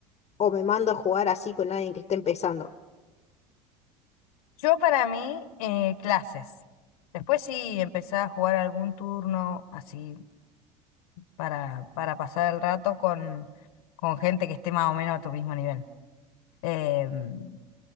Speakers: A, on the left; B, on the left.
A: o me mando a jugar así con alguien que esté empezando?
B: Yo para mí, eh, clases. Después sí empezaba a jugar algún turno así para, para pasar el rato con, con gente que esté más o menos a tu mismo nivel. Em,